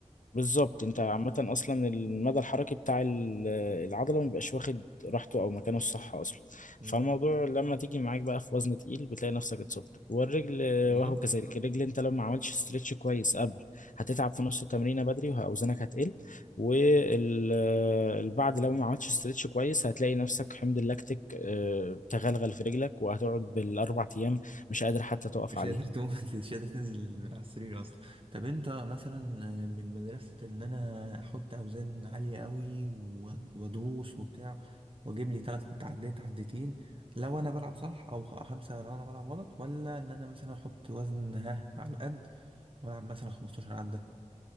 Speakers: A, on the left; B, on the right.
A: بالظبط انت عامة اصلا المدى الحركي بتاع ال- العضلة ما بيبقاش واخد راحته او مكانه الصح اصلا
B: امم
A: فالموضوع لما تيجي معاك بقى في وزن تقيل بتلاقي نفسك اتصبت والرجل
B: بالظبط
A: وهو كذلك الرجل انت لو ما عملتش استرتش كويس قبل هتتعب في نص التمرينة بدري واوزانك هتقل والبعد لو ما عملتش استرتش كويس هتلاقي نفسك حمض اللاكتيك اه، تغلغل في رجلك وهتقعد بالاربع ايام مش قادر حتى تقف
B: مش
A: عليها
B: قادر تقوم <laughs> مش قادر تنزل من على السرير اصلا طب انت مثلا آه، من مدرسة ان انا احط اوزان عالية قوي و- وادوس وبتاع واجيب لي تلات تعديات عدتين لو انا بلعب صح او خ- خمسة لو انا بلعب غلط ولا ان انا مثلا احط وزن ها على القد والعب مثلا 15 عدة